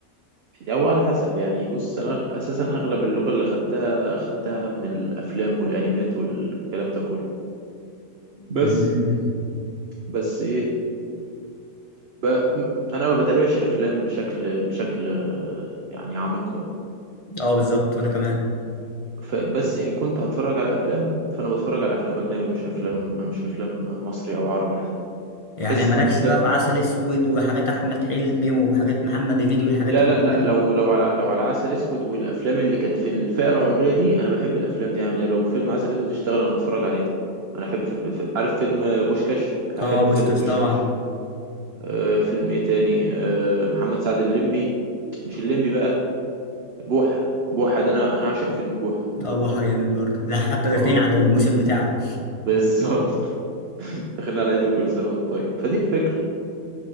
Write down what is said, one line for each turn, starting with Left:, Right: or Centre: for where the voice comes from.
Right: أو على حسب يعني بص أنا أغ- أساسا أغلب اللغة اللي خدتها خدتها من الأفلام والأنيمات والكلام ده كله
Left: مم.
Right: بس بس إيه ب... م- أنا ما بتابعش أفلام بشكل بشكل آه، يعني عميق أوي
Left: اه بالظبط وانا كمان
Right: ف... بس إن كنت هتفرج على أفلام فأنا بتفرج على أفلام أجنبي مش أفلام مش أفلام مصري أو عربي حتى
Left: يعني
Right: تحس
Left: مالكش
Right: إن الأفلام
Left: بقى في عسل اسود وحاجات احمد حلمي وحاجات محمد هنيدي والحاجات
Right: لا
Left: القديمة
Right: لا لا
Left: دي
Right: لو لو على لو على عسل اسود والافلام اللي كانت في الفئه العمريه دي انا بحب الافلام دي يعني لو فيلم عسل اسود اشتغل انا هتفرج عليه انا احب فيلم فيلم- عارف فيلم بوشكاش احب
Left: اه بوشكاش
Right: فيلم بوشكاش
Left: طبعا
Right: أه فيلم ايه تاني أه محمد سعد الليمبي مش الليمبي بقى بوحه بوحه ده انا انا عاشق فيلم بوحه
Left: اه بحر جامد برضه ده حتى داخلين
Right: اه
Left: على الموسم بتاعه
Right: بالظبط <laughs> دخلنا على عيد وكل سنه وانت طيب فدي الفكره